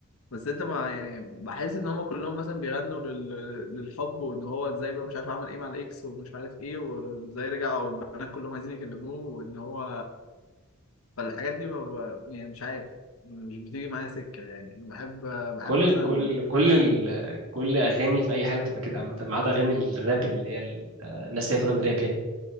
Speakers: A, on the left (about 90°); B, on the right (about 70°).
A: بس انت ما يعني بحس ان هم كلهم مثلا بيغنوا لل... للحب وان هو ازاي بقى مش عارف عمل ايه مع الاكس ومش عارف ايه وازاي رجع والبنات كلهم عايزين يكلموه وان هو فالحاجات دي ما ب... يعني مش عارف مش بتيجي معايا سكة يعني بحب بحب
B: كل
A: مثلا
B: كل كل ال... كل اغاني في اي حاجه بتبقى كده عامه ما عدا اغاني الراب اللي هي ال- آه، الناس اللي هي بتغني راب يعني